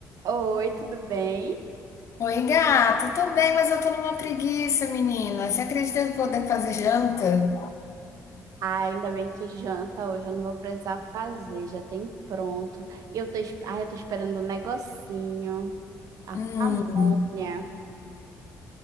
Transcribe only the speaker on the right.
Oi, tudo bem?
Ah, ainda bem que janta hoje, eu não vou precisar fazer, já tem pronto. E Eu tô, es- ah, eu tô esperando um negocinho, a
pamonha.